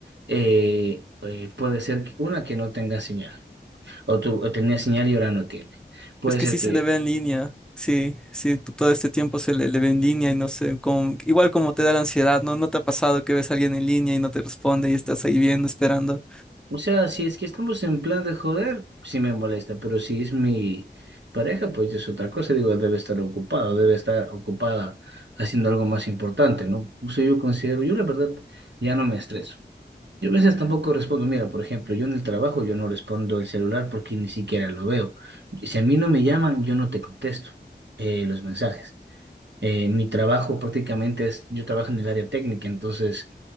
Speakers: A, on the right (about 80°); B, in the centre.
A: eh, eh, puede ser que- una que no tenga señal. O, tu- o tenía señal y ahora no tiene. Puede
B: Es que
A: ser
B: sí
A: que,
B: se le ve en línea, sí, sí, t- todo este tiempo se le, le ve en línea y no sé, con, igual como te da la ansiedad, ¿no? ¿No te ha pasado que ves a alguien en línea y no te responde y estás ahí viendo, esperando?
A: o sea, si es que estamos en plan de joder, sí me molesta, pero si es mi pareja, pues es otra cosa. Digo, debe estar ocupado, debe estar ocupada haciendo algo más importante, ¿no? Eso yo considero, yo la verdad ya no me estreso. Yo a veces tampoco respondo, mira, por ejemplo, yo en el trabajo yo no respondo el celular porque ni siquiera lo veo. Si a mí no me llaman, yo no te contesto eh, los mensajes. eh, mi trabajo prácticamente es, yo trabajo en el área técnica, entonces